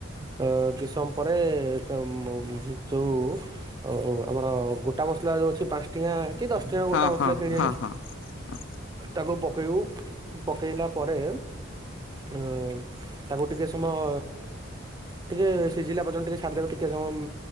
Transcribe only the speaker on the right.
ଅ କିସମ ପରେ ତମମ ଯଉ ଅ ଆମର ଗୋଟା ମସଲା ଯୋଉ ଅଛି ପାଞ୍ଚ ଟଙ୍କିଆ କି ଦଶ ଟଙ୍କା ଗୋଟା
ମସଲା
କିଣି
ଆଣିବେ।
ତାକୁ ପକେଇବୁ। ପକେଇଲା ପରେ। ଅ ତାକୁ ଟିକେ ସମୟ ଅ ଟିକେ ସିଜିଲା ପର୍ଯ୍ୟନ୍ତ ଟିକେ ଛାଡ଼ିଦବ ଟିକେ ସମୟ ଅମ୍